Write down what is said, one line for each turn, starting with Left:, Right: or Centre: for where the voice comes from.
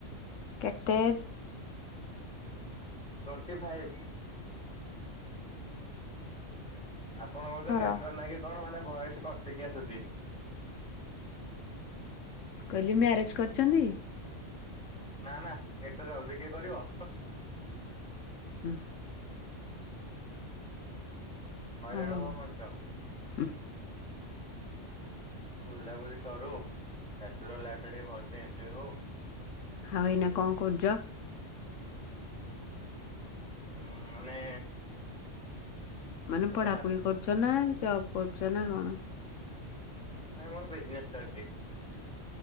Left: କେତେ ଏଜ୍?
Centre: Twenty five. ଆପଣଙ୍କ ବୋଧେ
Left: ତମର?
Centre: ନେଟୱାର୍କ ନାହିଁକି କଣ ମାନେ ଭଏସ କଟିକି ଆସୁଚି।
Left: କହିଲି ମ୍ୟାରେଜ୍ କରିଛନ୍ତି?
Centre: ନା ନା ଏତେ ଜଲଦି କିଏ କରିବ।
Left: ହୁଁ।
Centre: ହଇରାଣ
Left: ହଉ
Centre: ହବ ମଣିଷ।
Left: ହୁଁ।
Centre: ବୁଲାବୁଲି ସରୁ। ବ୍ୟାଚଲର ଲାଇଫ ଟା ଟିକେ ଭଲ ସେ ଏଞ୍ଜୟ୍ ହଉ।
Left: ଆଉ ଏଇନା କଣ କରୁଚ?
Centre: ମୁଁ ମାନେ
Left: ମାନେ
Centre: ଏବେ
Left: ପଢା
Centre: ତ ମାର୍କେ
Left: ପଢି କରୁଚ ନା ଜବ୍ କରୁଛ ନା କଣ?
Centre: ନାଇଁ ମୋର ବିଜନେସ୍ ଚାଲିଚି।